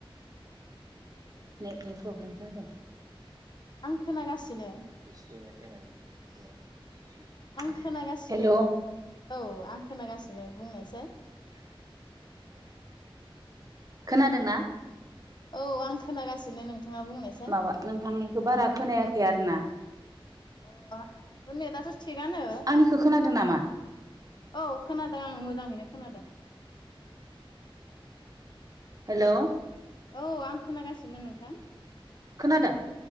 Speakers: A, on the right (about 40°); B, on the left (about 50°).
A: नेटनि प्रब्लेम जादों
B: आं खोनागासिनो
A: <unintelligible>
B: आं खोनागासिनो
A: हेल'
B: औ आं खोनागासिनो बुंनायसै
A: खोनादों ना
B: औ आं खोनागासिनो नोंथाङा बुंनाय
A: माबा नोंथांनिखौ बारा खोनायाखै आरो ना
B: अ आंनाथ' नेटाथ' थिगानो
A: आंनिखौ खोनादों नामा
B: औ खोनादों आं मोजाङैनो खोनादों
A: हेल'
B: औ आं खोनागासिनो नोंथां
A: खोनादों